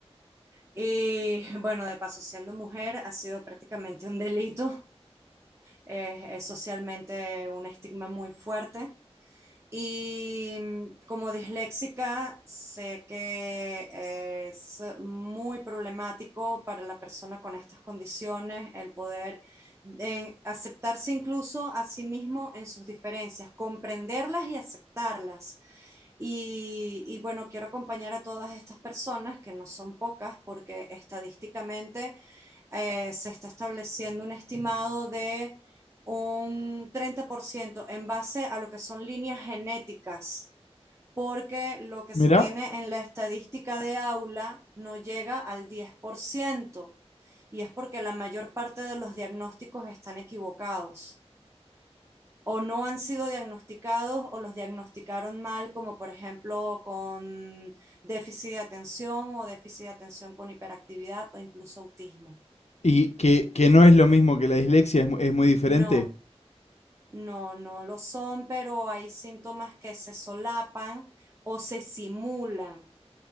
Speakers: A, on the right (about 25°); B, on the left (about 80°).
A: Y <laughs> bueno, de paso, siendo mujer ha sido prácticamente un delito. Eh, es socialmente un estigma muy fuerte. Y mm, como disléxica, sé que es muy problemático para la persona con estas condiciones el poder eh, aceptarse incluso a sí mismo en sus diferencias, comprenderlas y aceptarlas. Y, y bueno, quiero acompañar a todas estas personas, que no son pocas, porque estadísticamente eh, se está estableciendo un estimado de un 30% en base a lo que son líneas genéticas, porque lo que se
B: mirá.
A: tiene en la estadística de aula no llega al 10% y es porque la mayor parte de los diagnósticos están equivocados o no han sido diagnosticados o los diagnosticaron mal, como por ejemplo con déficit de atención o déficit de atención con hiperactividad o incluso autismo.
B: Y que, que no es lo mismo que la dislexia, es, mu- es muy diferente.
A: No, No, no lo son, pero hay síntomas que se solapan o se simulan